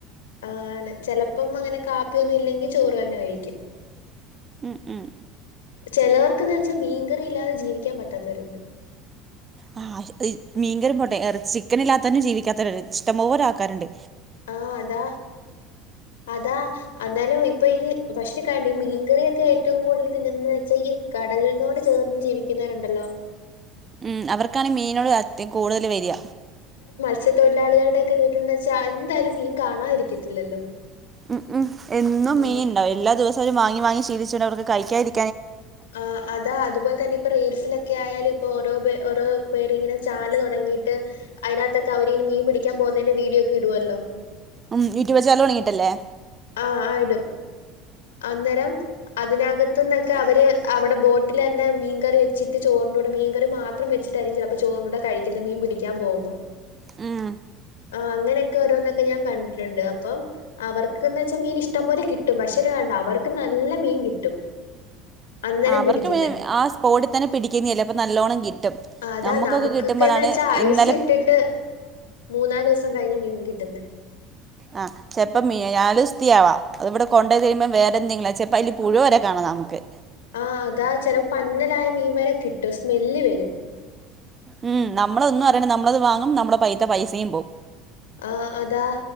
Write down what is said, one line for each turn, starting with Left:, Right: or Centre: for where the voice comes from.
Left: ആണ്. ചെലപ്പം അങ്ങനെ കാപ്പിയൊന്നും ഇല്ലെങ്കി ചോറ് തന്നെ കഴിക്കും
Right: ഉം ഉം
Left: ചിലവർക്ക്‌ എന്ന് വെച്ചാൽ മീൻകറി ഇല്ലാതെ ജീവിക്കാൻ പറ്റാത്തവരുണ്ട്
Right: ആ മീക്കറി പോട്ടെ ചിക്കൻ ഇല്ലാത്ത തന്നെ ജീവിക്കാത്ത ഇഷ്ടം പോലെ ആൾക്കാർ ഇണ്ട്
Left: ആഹ് അതാ അതാ എന്നാലും ഇപ്പൊ ഈ ഭക്ഷ്രി കാണ്ടിഈ മീൻകറിയൊക്കെ ഏറ്റവും കൂടുതൽ തിന്നുന്നത് എന്ന് വെച്ചാ ഈ കടലിനോട് ചേർന്ന് ജീവിക്കുന്നു ഉണ്ടല്ലോ
Right: ഉം അവർക്കാണ് മീനോട്‌ അത് കൂടുതൽ വരിക
Left: പക്ഷെ തൊഴിലാളികളുടെ ഒക്കെ വീട്ടിൽന്ന് വച്ചാ എന്തായാലും മീൻ കാണാതിരിക്കത്തില്ലല്ലോ
Right: ഉം ഉം എന്നും
Left: ആഹ്
Right: മീൻ ഇണ്ടാവും എല്ലാ ദിവസം അവര് വങ്ങി വാങ്ങി ശീലിച്ച്ണ്ട് അവർക്ക് കഴിക്കാതിരി
Left: ആ അതാ അതുപോലെ തന്നെ റീൽസിലൊക്കെ ആയാലും ഇപ്പോ ഓരോ ഓരോ പേരിങ്ങനെ ചാനല് തുടങ്ങിയിട്ട് അതിനകത്തൊക്കെ അവരിങ്ങ മീൻ പിടിക്കാൻ പോകുന്നതിന്റെ വീഡിയോക്കെ ഇടുവല്ലോ
Right: ഉം യൂട്യൂബ് ചാനൽ തൊടങ്ങീട്ടല്ലേ
Left: ആ ആയിടും അന്നേരം അതിനകത്തുന്നൊക്കെ അവര് അവിടെ ബോട്ടിലന്നെ മീൻ കറി വെച്ചിട്ട് ചോറിന്റെ കൂടെ മീൻകറി മാത്രം വച്ചിട്ടായിരിക്കും ചിലപ്പോ ചോറിന്റെ കൂടെ കഴിക്കുന്നത് മീൻ പിടിക്കാൻ പോകു ഓന്ന്
Right: ഉം
Left: ആ അങ്ങനെയൊക്കെ ഓരോന്നൊക്കെ ഞാൻ കണ്ടിുണ്ട് അവർക്ക്ന്ന് വെച്ചാൽ മീൻ ഇഷ്ടംപോലെ കിട്ടും പക്ഷെ കണ്ട അവർക്ക് നല്ല മീൻ കിട്ടും അന്നേരം
Right: അവർക്ക്
Left: പിടിക്കുന്നെ
Right: പിെ ആ സ്പോട്ടിൽ തന്നെ പിടിക്കുന്നലതല്ലെ അപ്പ നല്ലോണ്ണം കിട്ടും
Left: അതാ
Right: നമുക്കൊക്കെ
Left: നമുക്കൊക്കെന്ന്
Right: കിട്ടുമ്പോഴാണ്
Left: വച്ചാ
Right: ഇന്നലെ
Left: ഐസ് ഇട്ടിട്ട് മൂന്നാല് ദിവസം കഴിഞ്ഞ മീന് കിട്ടുന്നെ
Right: ആഹ് ചെലപ്പ മീൻ നാലു ദിവസത്തെയാവാ അത് ഇവിടെ കൊണ്ട് വന്ന് കഴിയുമ്പ വേറെ എന്തെങ്കിലും ചെലപ്പപ്പ അതി പുഴുവ അവരെ കാണാം നമുക്ക്
Left: ആഹ് അതാ ചെിലപ്പോ പന്നലായ മീൻമാരെ കിട്ടും സ്മെല്ല് വരും
Right: ഉം നമ്മളൊന്നും അറിയില്ലനമ്മളത് വാങ്ങും നമ്മളുടെ കൈയിലെ പൈസയും പോവും
Left: ആഹ് അതാ